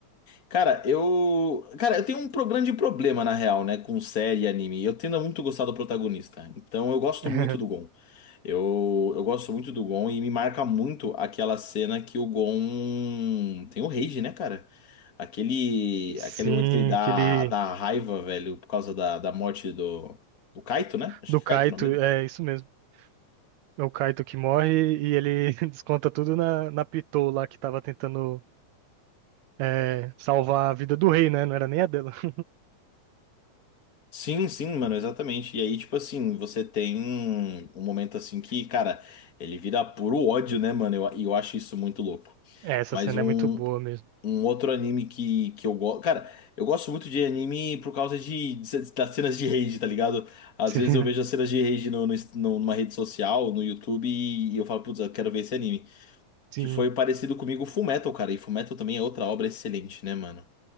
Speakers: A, on the left (about 30°); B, on the right (about 80°).
A: Cara, eu. Cara, eu tenho um pro- grande problema, na real, né, com série e anime. Eu tendo a muito gostar do protagonista. Então eu gosto
B: <laughs>
A: muito do Gon. Eu, eu gosto muito do Gon e me marca muito aquela cena que o Gon tem o rage, né, cara? Aquele, aquele
B: Sim,
A: momento que ele dá,
B: aquele.
A: dá raiva, velho, por causa da, da morte do, do Kaito, né? Acho
B: Do
A: que
B: Kaito,
A: é Kaito o nome dele.
B: é isso mesmo. É o Kaito que morre e ele <laughs> desconta tudo na, na Pitou lá que tava tentando é, salvar a vida do rei, né? Não era nem a dela. <laughs>
A: Sim, sim, mano, exatamente. E aí, tipo assim, você tem um momento assim que, cara, ele vira puro ódio, né, mano? Eu, e eu acho isso muito louco.
B: É, essa
A: Mas
B: cena
A: um,
B: é muito boa mesmo.
A: um outro anime que, que eu gosto. Cara, eu gosto muito de anime por causa de, de- das cenas de rage, tá ligado? Às
B: <laughs> Sim,
A: vezes eu vejo as cenas de rage no, no, no- numa rede social, no YouTube, e eu falo, putz, eu quero ver esse anime.
B: sim,
A: Que foi parecido comigo Fullmetal, cara. E Fullmetal também é outra obra excelente, né, mano?